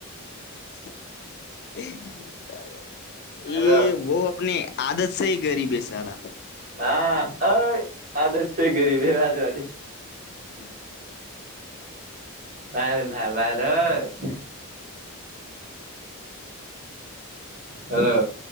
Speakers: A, on the left; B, on the right.
A: <inaudible> <unintelligible>
B: હલો <unintelligible>
A: <inaudible>
B: વાયરલ થાય વાયરલ હલો